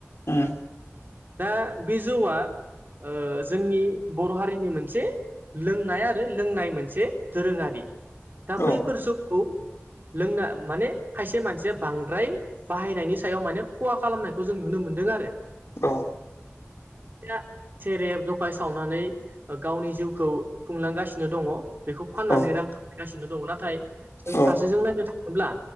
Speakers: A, on the left (about 70°); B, on the right (about 45°).
A: उम
B: दा बे जौआ ओ जोंनि बर' हारिनि मोनसे लोंनाय आरो लोंनाय मोनसे दोरोंआरि दा
A: औ
B: बैफोर जौखौ लोंनाय माने खायसे मानसिआ बांद्राय बाहायनायनि सायाव मानि खहा खालामनायखौ जों नुनो मोनदों आरो
A: औ
B: उम सेरेब जखौ सावनानै गावनि ओ जिउखौ खुंलांगासिनो खुलांगासिनो दङ बेखौ फाननानै
A: औ
B: रां खामायगासिनो दङ नाथाय जों
A: औ
B: फारसे नायनो थांओब्ला जों ब्ला